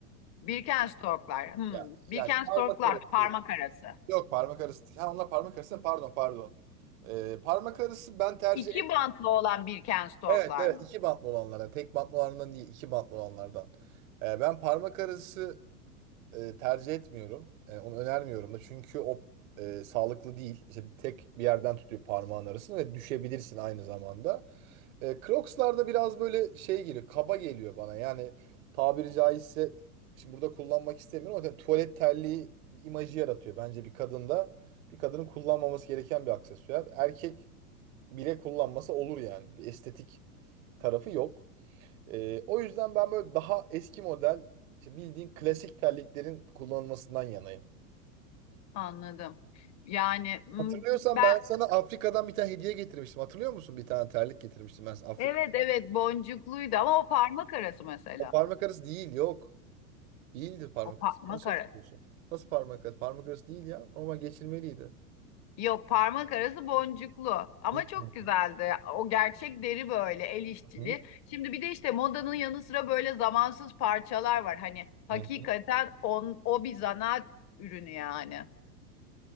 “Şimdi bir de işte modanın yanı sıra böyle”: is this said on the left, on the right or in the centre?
Left